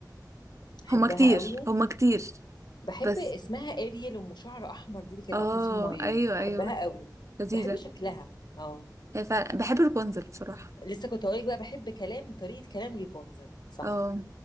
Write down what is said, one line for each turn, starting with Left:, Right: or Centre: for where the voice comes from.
Left: احبها
Right: هما كتير
Left: قوي
Right: هما كتير
Left: بحب
Right: بس
Left: اسمها اريل ام شعر احمر دي اللي كانت
Right: اه
Left: على طول في الميه
Right: ايوه
Left: بحبها
Right: ايوه
Left: قوي
Right: لذيذه
Left: بحب شكلها اه
Right: هي فعلا بحب رابنزل بصراحه
Left: لسه كنت هقولك بقى بحب كلام طريقه كلام ريبونزل صح
Right: اه